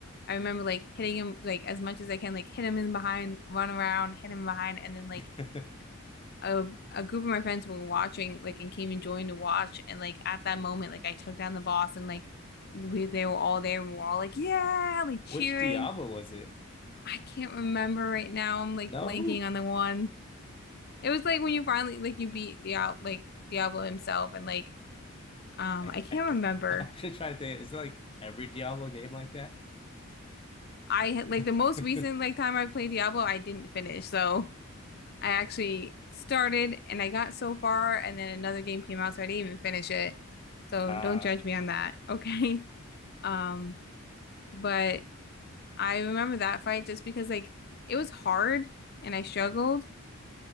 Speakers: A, on the left; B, on the left.
A: I remember like hitting him like as much as I can, like hit him in behind, run around, hit him behind, and then like
B: <laughs>
A: a a group of my friends were watching like and came and joined to watch and like at that moment like I took down the boss and like we they were all there and we were all like yeah like cheering.
B: Which Diablo was it?
A: I can't remember right now. I'm like
B: No,
A: blanking on the one. It was like when you finally like you beat Diablo like Diablo himself and like um
B: I th
A: I can't
B: I th
A: remember.
B: <laughs> I'm just trying to think. Is it like every Diablo game like that?
A: I had like the
B: <laughs>
A: most recent like time I played Diablo, I didn't finish. So I actually started and I got so far, and then another game came out, so I didn't even finish it. So
B: Uh,
A: don't judge me on that, okay? <laughs> Um, but I remember that fight just because like it was hard and I struggled